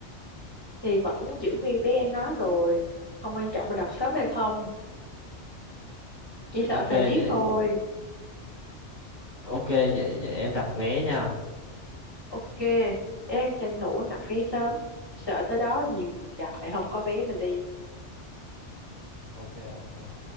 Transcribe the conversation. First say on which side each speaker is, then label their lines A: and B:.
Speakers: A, on the left (about 20°); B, on the left (about 50°).
A: thì vẫn giữ nguyên vé em nói rồi. Không quan trọng mình đặt sớm hay không, chỉ
B: ok
A: sợ thời
B: vậy
A: tiết thôi.
B: ok vậy vậy em đặt vé nha
A: Ok, em tranh thủ đặt vé sớm. Sợ tới đó nhiều người đặt lại không có vé mình đi.
B: ok ok